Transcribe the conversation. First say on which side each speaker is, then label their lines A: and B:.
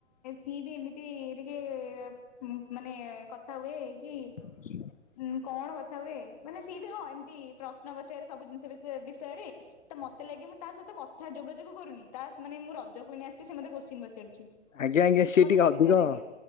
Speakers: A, on the left; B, on the left.
A: ସିଏ ବି ଏମିତି ଟିକେ। ହୁଁ, ମାନେ କଥା ହୁଏ କି
B: <inaudible>
A: ଉଁ କଣ କଥା ହୁଏ ମାନେ ସିଏ ବି ହଁ, ଏମତି ପ୍ରଶ୍ନ ପଚାରେ ସବୁ ଜିନିଷ ବିଷୟ ବିଷୟରେ। ତ ମତେ ଲାଗେ ମୁଁ ତା ସହିତ କଥା ଯୋଗାଯୋଗ କରୁନି ତା ମାନେ ମୁଁ ରଜ କୁଇନ୍ ଆସିଛି ସେ ମୋତେ କୋସଚେନ୍ ପଚାରୁଛି।
B: ଆଜ୍ଞା! ଆଜ୍ଞା! ସିଏ
A: ମତେ
B: ଟିକେ
A: ସେମିତିଆ
B: ଅଧିକ
A: ଲାଗେ